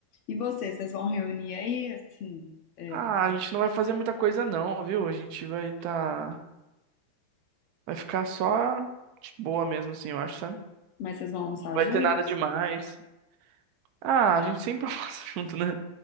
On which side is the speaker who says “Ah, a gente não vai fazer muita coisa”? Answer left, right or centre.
Right